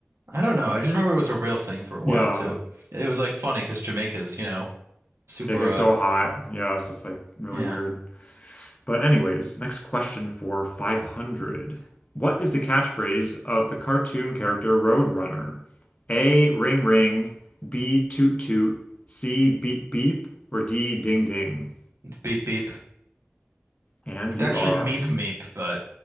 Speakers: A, on the right; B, on the left.
A: I don't know. I just remember it was a real thing for a while
B: Yeah.
A: too. It was like funny because Jamaica's, you know, super
B: Yeah, it gets
A: uh
B: so hot. Yeah, so it's like really
A: Yeah,
B: weird. But anyways, next question for 500. What is the catchphrase of the cartoon character Roadrunner? A, ring ring, B, toot toot, C, beep beep, or D, ding ding.
A: it's beep beep.
B: And
A: It's
B: you
A: actually
B: are.
A: meep meep, but